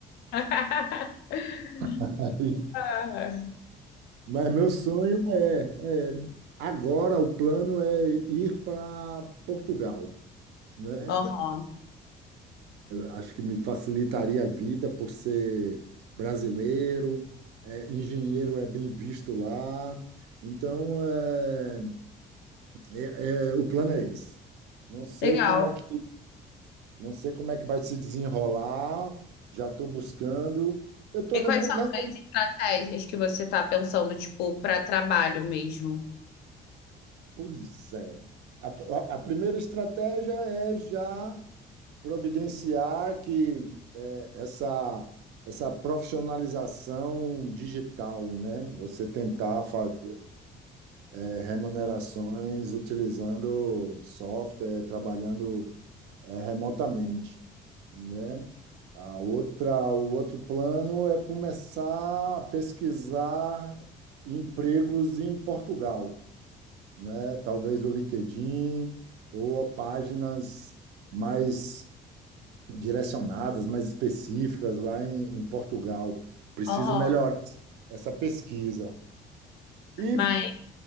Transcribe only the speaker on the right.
<laughs>
Mas meu sonho é, é agora o plano é ir para Portugal, né?
Acho que me facilitaria a vida por ser brasileiro, é, engenheiro é bem visto lá. Então, é, é- é, o plano é esse. Não sei
como é que, não sei como é que vai se desenrolar. Já estou buscando. Eu estou
nessa.
Pois é. A, a a primeira estratégia é já providenciar que eh, essa, essa profissionalização digital, né? Você tentar fazer eh, remunerações utilizando software, trabalhando eh, remotamente, né? A outra, o outro plano é começar a pesquisar empregos em Portugal, né? Talvez o LinkedIn ou páginas mais direcionadas, mais específicas lá em, em Portugal. Preciso
melhorar essa pesquisa. E,